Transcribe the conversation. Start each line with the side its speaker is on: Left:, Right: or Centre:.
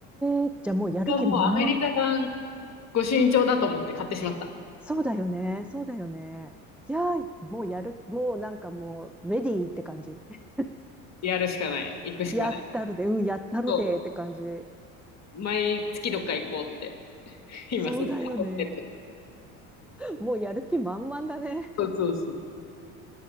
Centre: えーじゃあもうやる気満々。
Left: これはもうアメリカ版御朱印帳だと思って買ってしまった。
Centre: そうだよね。そうだよね。いやー、もうやる、もうなんかもう、レディーって感じ。<laughs>
Left: やるしかない。行くしかない。
Centre: やったるで、うん、やったるでって感じ。
Left: そう。毎月どっか行こうって。<laughs> 今すぐ思ってる。
Centre: そうだよね。もうやる気満々だね。
Left: そうそうそう。